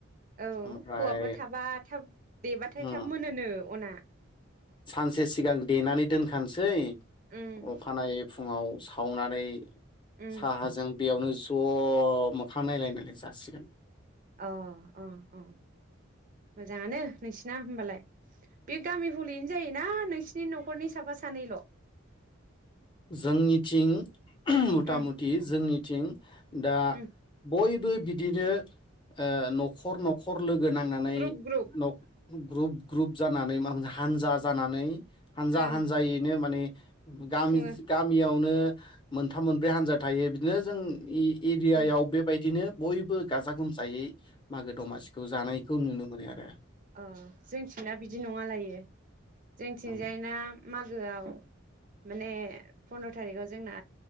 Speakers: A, on the right; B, on the left.
A: औ
B: ओमफ्राय
A: हौवाफोर थाबा थाब देबाथाय
B: उम
A: थाब मोनोनो अना
B: सानसे सिगां देनानै दोनखानोसै।
A: उम
B: अखानायै। फुङाव सावनानै
A: उम
B: साहाजों बेयावनो ज' मोखां नायलाय नायलाय जासिगोन।
A: अ अ अ। मोजाङानो नोंसिना होमबालाय‌। बे गामि हलिनो जायोना नोंसिनि न'खरनि साफा सानैल'।
B: जोंनिथिं। मथा
A: उम
B: मथि जोंनि। थिं। दा
A: उम
B: बयब। बिदिनो ओ न'ख न'खर लोगो। गोनांनानै
A: ग्रुप ग्रुप
B: न'ख। ग्रुप ग्रुप जानानै माबा हानजा जानानै। हानजा
A: ओं
B: हानजायैनो माने। गामि।
A: खुङो
B: मियावनो मोनथाम मोनब्रै हान्जा थायो बिदिनो जों इ। एरियायाव
A: उम
B: बेबायदिनो। बयबो गाजा गोमजायै मागो दमासिखौ जानायखौ नुनो मोनो आरो।
A: अ जोंथिंना बिदि नङालायो। जोंथिंजाय
B: उम
A: ना मागोआव। माने फन्द्र' थारिखाव जोंना